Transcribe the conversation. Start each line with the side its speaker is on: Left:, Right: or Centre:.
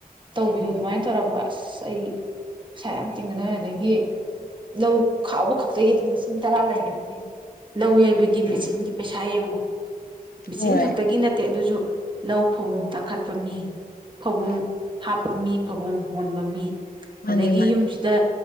Right: ꯇꯧꯕꯤꯗꯣ ꯑꯗꯨꯃꯥꯏꯅ ꯇꯧꯔꯕ ꯑꯁ ꯑꯩ ꯄꯩꯁꯥ ꯌꯥꯝ ꯇꯤꯡꯗꯅ ꯑꯗꯒꯤ ꯂꯧ ꯈꯥꯎꯕ ꯈꯛꯇꯒꯤ ꯑꯗꯨꯝ ꯂꯤꯁꯤꯡ ꯇꯔꯥ ꯂꯩꯒ꯭ꯔꯗꯤ ꯂꯧ ꯌꯩꯕꯒꯤ ꯃꯦꯆꯤꯟꯒꯤ ꯄꯩꯁꯥ ꯌꯦꯡꯉꯨ꯫ ꯃꯦꯆꯤꯟ
Left: ꯍꯣꯏ
Right: ꯈꯛꯇꯒꯤ ꯅꯠꯇꯦ ꯑꯗꯨꯁꯨ ꯂꯧ ꯐꯧꯕꯨꯝ ꯇꯥꯈꯠꯄ ꯃꯤ ꯐꯧꯕꯨꯝ
Left: ꯎꯝ
Right: ꯍꯥꯞꯄ ꯃꯤ ꯐꯧꯕꯨꯝ ꯍꯣꯟꯕ ꯃꯤ
Left: ꯃꯥꯅꯦ
Right: ꯑꯗꯒꯤ
Left: ꯃꯥꯅꯦ
Right: ꯌꯨꯝꯁꯤꯗ